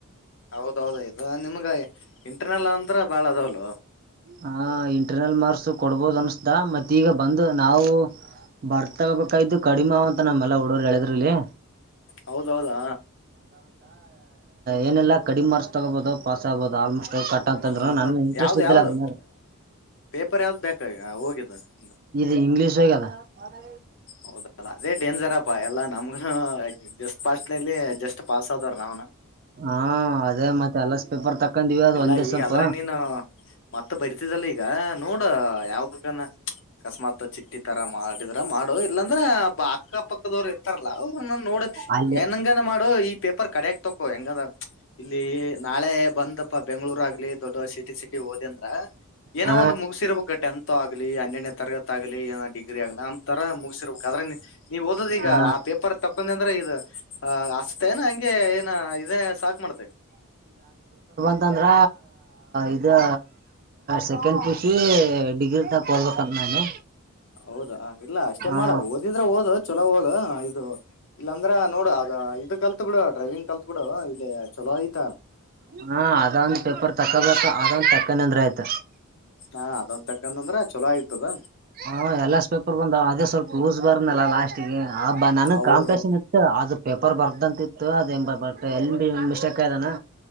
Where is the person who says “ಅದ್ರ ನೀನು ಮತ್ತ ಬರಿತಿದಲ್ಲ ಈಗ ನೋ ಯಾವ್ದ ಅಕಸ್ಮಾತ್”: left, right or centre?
Left